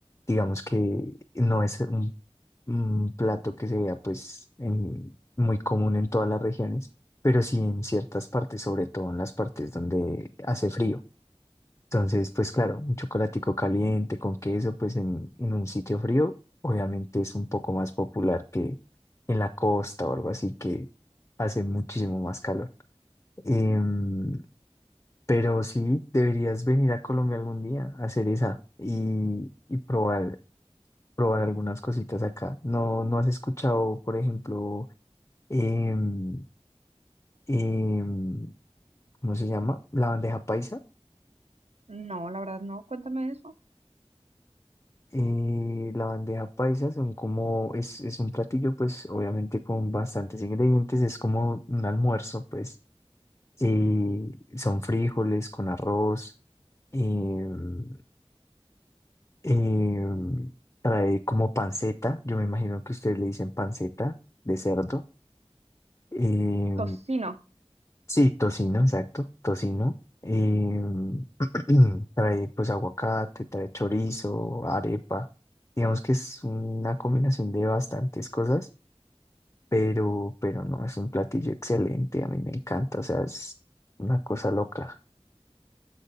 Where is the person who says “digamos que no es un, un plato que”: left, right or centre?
Left